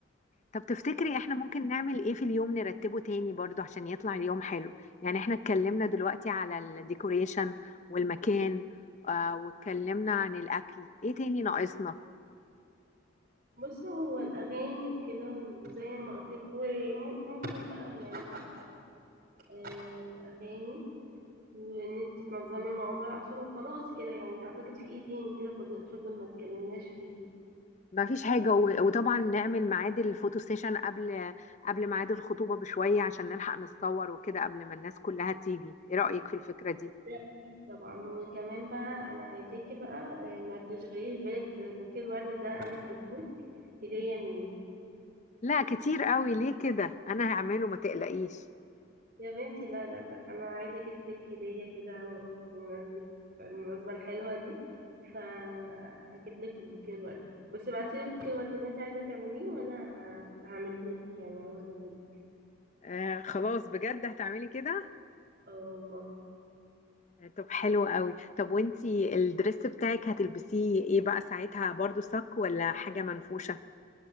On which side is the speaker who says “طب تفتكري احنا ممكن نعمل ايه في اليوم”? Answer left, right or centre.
Left